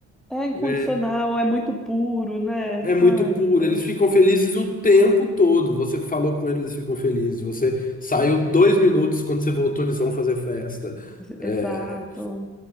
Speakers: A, in the centre; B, on the left.
A: É incondicional,
B: É
A: é muito puro, né?
B: é muito
A: Ai,
B: puro,
A: meu Deus.
B: eles ficam felizes o tempo todo. Você falou com eles, eles ficam felizes. Você saiu dois minutos, quando você voltou, eles vão fazer festa. É,
A: Exato.